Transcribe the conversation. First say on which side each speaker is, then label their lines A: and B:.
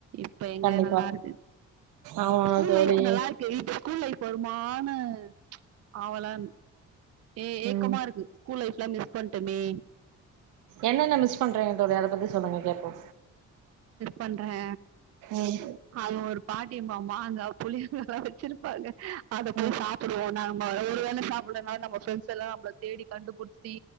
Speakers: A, on the right; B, on the right.
A: இப்ப எங்க
B: கண்டிப்பா
A: நல்லா இருக்கு
B: ஆமா
A: ஸ்கூல்
B: தோழி
A: லைஃப் நல்லா இருக்கு ஸ்கூல் லைப் வருமானு ச் ஆவலா ஏ ஏக்கமா
B: ம்
A: இருக்கு ஸ்கூல் லைஃப் நா மிஸ் பண்டமே
B: என்னென்ன மிஸ் பண்றீங்க தோழி அத பத்தி சொல்லுங்க கேப்போ
A: பண்றே
B: ம்
A: அது ஒரு பாட்டியம் ஆமா அந்த புளியங்காலாம் வச்சிருப்பாங்க அத போய்
B: ம்
A: சாப்பிடுவோம் நா ஒரு வேள சாப்பிடலனாலு நம்ப ப்ரெண்ட்ஸ் எல்லாம் நம்மள தேடி கண்டுபிடித்தி